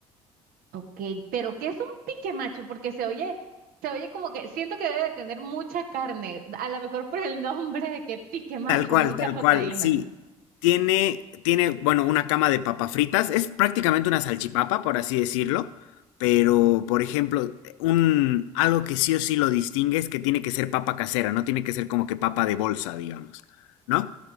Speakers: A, on the right; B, on the left.
A: Ok, pero ¿qué es un pique macho? Porque se oye, se oye como que siento que debe de tener mucha carne, a lo mejor por el nombre de que pique macho,
B: Tal cual,
A: mucha
B: tal
A: proteína.
B: cual, sí. Tiene, tiene, bueno, una cama de papas fritas. Es prácticamente una salchipapa, por así decirlo. Pero, por ejemplo, un, algo que sí o sí lo distingue es que tiene que ser papa casera, no tiene que ser como que papa de bolsa, digamos, ¿no?